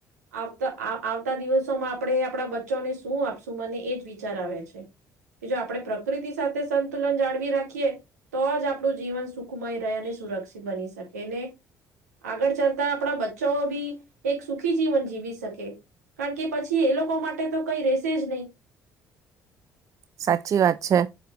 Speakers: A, on the right (about 80°); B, on the right (about 40°).
A: આવતા આ આવતા દિવસોમાં આપણે આપણા બચ્ચોને શું આપશું મને એ જ વિચાર આવે છે, કે જો આપણે પ્રકૃતિ સાથે સંતુલન જાળવી રાખીએ, તો જ આપણું જીવન સુખમય રહે અને સુરક્ષિત બની શકે, ને આગળ ચાલતા આપણા બચ્ચોઓ બી એક સુખી જીવન જીવી શકે, કારણ કે પછી એ લોકો માટે તો કઈ રેશે જ નહી.
B: સાચી વાત છે.